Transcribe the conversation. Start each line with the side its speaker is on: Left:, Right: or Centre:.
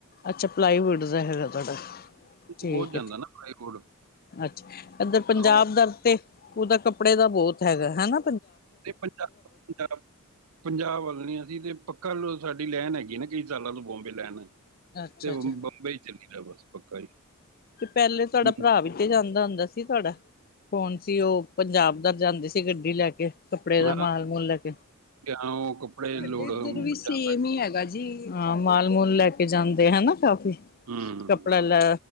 Left: ਅੱਛਾ ਪਲਾਈਵੁਡ ਦਾ ਹੈਗਾ ਤੁਹਾਡਾ ਠੀਕ
Right: ਬਹੁਤ ਜਾਂਦਾ
Left: ਹੈ।
Right: ਨਾ ਪਲਾਈਵੁੱਡ
Left: ਅੱਛਾ ਇੱਧਰ ਪੰਜਾਬ
Right: ਉਹ
Left: ਦਰ ਤੇ ਉਹ ਤਾਂ ਕੱਪੜੇ ਦਾ ਬਹੁਤ ਹੈਗਾ ਹੈ ਨਾ।
Right: ਪੰਜ ਪੰਜ ਪੰਜਾਬ ਵੱਲ ਨ ਅਸੀਂ ਤੇ ਪੱਕਾ ਸਾਡੀ ਲੈਣ ਹੈਗੀ। ਜੇ ਨਾ ਕਈ ਸਾਲਾਂ ਤੋਂ ਬੰਬੇ ਲੈਣ
Left: ਅੱਛਾ-ਅੱਛਾ
Right: ਤੇ ਬੰਬਈ ਚੱਲੀ ਦਾ ਬਸ ਪੱਕਾ ਹੀ।
Left: ਤੇ ਪਹਿਲੇ ਤੁਹਾਡਾ
Right: ਹੂੰ
Left: ਭਰਾ ਵੀ ਤੇ ਜਾਂਦਾ ਹੁੰਦਾ ਸੀ ਤੁਹਾਡਾ ਕੌਣ ਸੀ ਉਹ ਪੰਜਾਬ ਤਾਂ ਜਾਂਦੀ ਸੀ ਗੱਡੀ ਲੈ ਕੇ ਕੱਪੜੇ ਦਾ
Right: ਹਾਂ
Left: ਮਾਲ ਮੂਲ ਲੈ ਕੇ
Right: ਜਾਂ ਉਹ ਕੱਪੜੇ
Left: ਸਾਡੇ
Right: ਲੋੜ
Left: ਇਧਰ
Right: ਪੰਜਾਬ
Left: ਵੀ ਸੇਮ
Right: ਤੱਕ
Left: ਹੀ ਹੈਗਾ ਜੀ। ਹਾਂ ਮਾਲ ਮੂਲ ਲੈ ਕੇ ਜਾਂਦੇ ਹੈ ਨਾ ਕਾਫੀ।
Right: ਹੂੰ ਹੂੰ
Left: ਕੱਪੜਾ ਲੈ